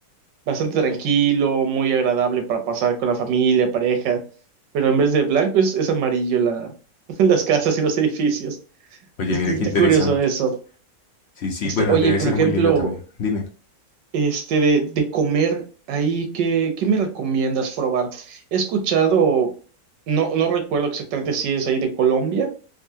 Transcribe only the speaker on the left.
Oye,
mira
qué
interesante.
Sí, sí,
bueno,
debe
ser
muy lindo también. Dime.